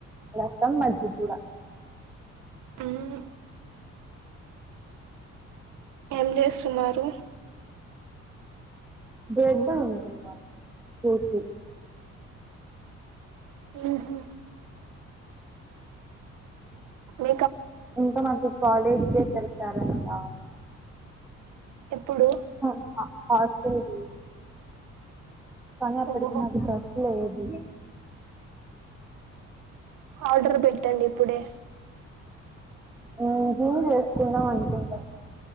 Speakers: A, in the centre; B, on the right (about 90°).
A: రసం మజ్జిగ కూడా
B: ఉం ఏం చేస్తున్నారు
A: బ్రెడ్ తింటున్నను కూర్చోని
B: ఉహు బ
A: ఇంకా మాకి కాలేజ్ డే పెడతారనట
B: ఎప్పుడు
A: హా హాస్టల్ వి కానీ అప్పడికి
B: ఓహో
A: నాకు డ్రెస్ లేదు
B: ఆర్డర్ పెట్టండి ఇప్పుడే
A: ఉమ్ జీన్స్ వేసుకుందాం అనుకుంటున్న